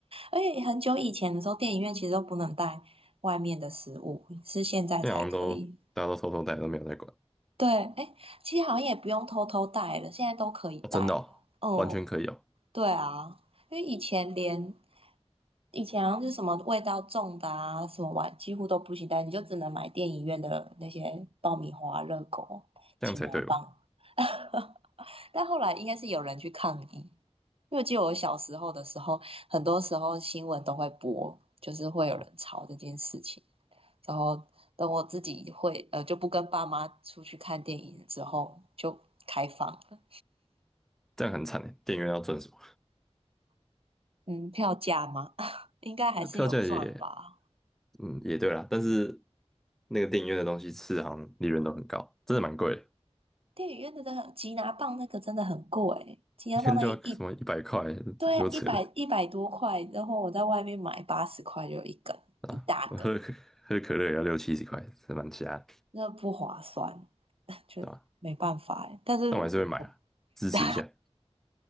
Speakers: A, on the right; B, in the centre.
A: 而且很久以前的时候，电影院其实都不能带外面的食物，是现在才可以。
B: 那在好像都大家都偷偷戴，都没有在管，
A: 对，哎，其实好像也不用偷偷带了，现在都可以带了。
B: 哦，真的哦，
A: 嗯，
B: 完全可以哦，
A: 对啊，因为以前连以前好像是什么味道重的啊，什么碗几乎都不行但你就只能买电影院的那些爆米花、热狗、
B: 这样才对吧？
A: 擒拿棒。<laughs> 但后来应该是有人去抗议，因为我记得我小时候的时候，很多时候新闻都会播，就是会有人吵这件事情。
B: 哦，
A: 然后等我自己会呃就不跟爸妈出去看电影之后，就开放了。
B: 这样很惨诶，电影院要赚什么？
A: 嗯，票价吗？<laughs> 应该还是有赚吧。
B: 那票价也嗯，也对啦，但是那个电影院的东西吃好像利润都很高，真的蛮贵的，
A: 电影院真的很，吉拿棒那个真的很贵，吉拿棒那一，
B: 一天就要什么一百块，
A: 一对啊，
B: 这够扯的
A: 一百一百多块，然后我在外面买八十块就有一根一大根，
B: 啊！我 <laughs> 喝可喝可乐也要六七十块，是蛮瞎的，
A: 那不划算，<laughs> 就没办法欸。
B: 对吧？
A: 但是我
B: 但我还是会买啊，支持一下，
A: 但